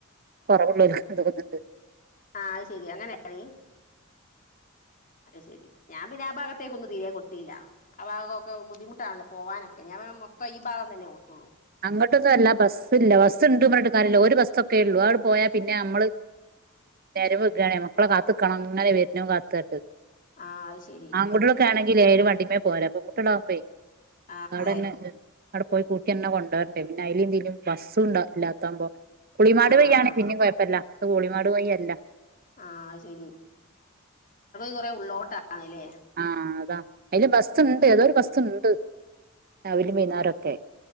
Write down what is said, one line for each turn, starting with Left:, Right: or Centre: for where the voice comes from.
Right: കൊറവുള്ളോർക്കു ഇതൊക്കെ തന്ട്
Left: ആഹ് അയ്ശെരി അങ്ങനെണ്. അയ്ശേരി ഞാൻ പിന്നെ ആ ഭാഗത്തേക്ക്ൾ ഒന്നും തീരെ കൊടുതീല. ആ ഭാഗമൊക്ക ബുദ്ധിമുട്ടണല്ലേ പോവ ഞാൻ ഓനെ മൊത്തം ഈഭാഗം തന്നെ കൊടുത്തൊള്ളൂ.
Right: അങ്ങട്ടൊന്നും അല്ല ബസ്സില്ല ബസ് ഉണ്ട് പറഞ്ഞിട്ട് കാര്യല്ല ഒരു ബസ്സൊക്കെ ഉ ള്ളു അത് അങ്ങട് പോയ പിന്നെ അമ്മള്. നേരം വേഗ്ണ് മക്കളെ കാത്ക്കണം ങ്ങനെ വരന്നതും കാത്ത്.
Left: ആഹ് അത് ശെരി
Right: ആങ്കുട്ട്യേളൊക്കെ ആണെങ്കിൽ ഏത് വണ്ടിമ്മേം പോരാ. പെൺകുട്ടിയേൾ ആകുമ്പോ
Left: ആഹ്
Right: അവടന്നെ.
Left: അതെ
Right: അവിടെ പോയി കൂട്ടിയെന്നെ കൊണ്ടുവരണ്ടേ പിന്ന അയിലും ഇതിലേം ബസ്സും ഇല്ലാത്താവുമ്പോ. കുളിമാട്
Left: ആഹ്
Right: വയി ആണെങ്കി
Left: ആഹ്
Right: പിന്നേം കൊയപ്പല്ല ത് കുളിമാട് വഴി അല്ല.
Left: ആഹ് ശെരി കുറെ ഉള്ളോട്ടാണല്ലേ.
Right: ആഹ് അതാ അയില് ബസ് ണ്ട് ഏതോഒരു ബസ്സുണ്ട് രാവിലിം വൈന്നാരം ക്കെ.